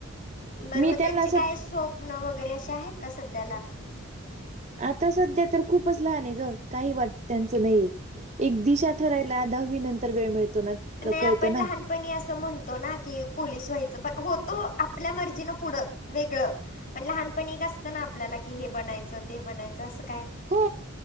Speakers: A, on the left; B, on the right.
A: बरं
B: मी
A: मग
B: त्यांना
A: त्यांचे
B: असं
A: काय स्वप्न वगैरे असे आहेत का सध्याला.
B: आता सध्या तर खूपच लहान आहे ग काही वाट त्यांचं नाहीे. एक दिशा ठरायला दहावी नंतर वेळ मिळतो ना.
A: नाही
B: कळतं
A: आपण
B: ना.
A: लहान पण असं म्हणतो ना की पोलीस व्हायचं पण होतो आपल्या मर्जीनं पुढं वेगळं. पण लहानपण एक असतं ना आपल्याला की हे बनायचं ते बनायचं असं काय?
B: हो